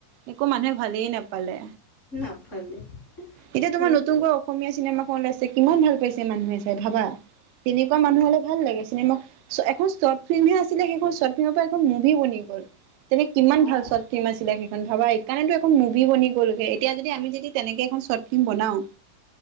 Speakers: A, on the right; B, on the left.
A: একো মানুহে ভালেই নাপা পালে।
B: নাপালে
A: এতিয়া তোমাৰ
B: সেইটোৱে
A: নতুনকৈ অ সমীয়া চিনেমা খন ওলাইছে, কিমান ভাল পাইছে মানুহে চাই ভাবা। তেনেকুৱা
B: অঁ
A: মানুহ হ'লে ভাল লাগে, চিনেমা শ এখন শৰ্ট ফিল্মহে আছিলে সেইখন শৰ্ট ফিল্মৰ পৰা এখন মুভি বনি গ'ল তেনে কিমান
B: অঁ
A: ভাল চ ফিম আছিলে সেইখন ভবা সেইকাৰণেটো এইখন মুভি বনি গ'ল। তেতিয়া যদি, আমি যদি তেনেকে এখন শ্বৰ্ট ফিল্ম বনাওঁ